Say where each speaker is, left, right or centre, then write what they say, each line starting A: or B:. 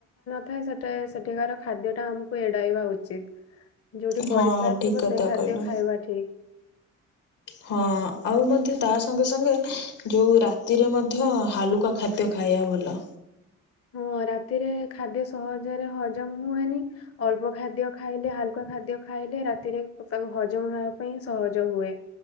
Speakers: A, on the left; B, on the left.
A: ଥାଏ ସେଟାଏ ସେଠିକାର ଖାଦ୍ୟଟା ଆମକୁ ଏଡାଇବା ଉଚିତ। ଯୋଉଠି ପରିଷ୍କାର
B: ହଁ ଠିକ
A: ଥିବ
B: କଥା
A: ସେଇ ଖାଦ୍ୟ
B: କହିଲୁ।
A: ଖାଇବା ଠିକ।
B: ହଁ ଆଉ ମଧ୍ୟ ତା ସଙ୍ଗେ ସଙ୍ଗେ, ଯୋଉ ରାତିରେ ମଧ୍ୟ ହାଲୁକା ଖାଦ୍ୟ ଖାଇଆ ଭଲ।
A: ହଁ ରାତିରେ ଖାଦ୍ୟ ସହଜରେ ହଜମ ହୁଏନି, ଅଳ୍ପ ଖାଦ୍ୟ ଖାଇଲେ ହାଲୁକା ଖାଦ୍ୟ ଖାଇ ଖାଇଲେ ରାତିରେ ତାକୁ ହଜମ ହବା ପାଇଁ ସହଜ ହୁଏ।